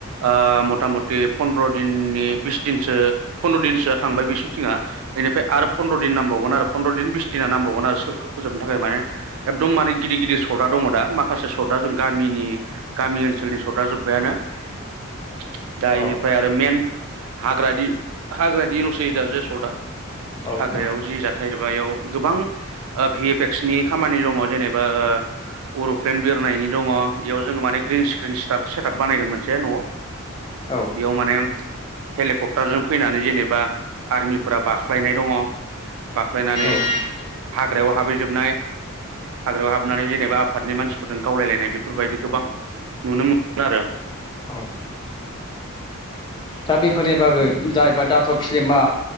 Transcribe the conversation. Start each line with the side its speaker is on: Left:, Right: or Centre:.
Right: ओ मटा मटि फन्द्र दिननि बिस दिनसो फन्द्र दिनसोआ थांबाय बे सुटिंआ। इनिफ्राय आरो फन्द्र दिन नांबावगोन आरो फन्द्र दिन बिस दिना नांबावगोन आरो सोरखो फोजोबनो थाखाय माने एकदम माने गिदिर गिदिर सदआ दङ दा, माखासे सदआ जों गामिनि गामि ओनसोलनि सदआ जोबबायानो । दा
Left: औ
Right: इनिफ्राय आरो मेइन हाग्रादि हाग्रादि लसै दा जे सदआ।
Left: औ
Right: हाग्रायाव
Left: नोंथां
Right: जि जाथाय एबायाव गोबां ओ भि एफ एक्सनि खामा नि दङ जेनेबा ओ उरुप्लेन बिरनायनि दङ इयाव जोङो माने ग्रिन स्क्रिन सिटाप सेटाप बानायगोन मोनसे न'
Left: औ
Right: बेयाव माने हेलिकप्टारजों फैनानै जेनेबा आर्मिफोरा बाख्लायनाय दङ बाख्लायनानै
Left: नोंथां
Right: हाग्रायाव हाबहैजोबनाय हाग्रायाव हाबनानै जेनेबा आफादनि मानसिफोरजों गावलायलायनाय बेफोरबायदि गोबां नुनो मोनो आरो
Left: औ दा बेफोरनि बागै जायबा दाथ' फिलिमा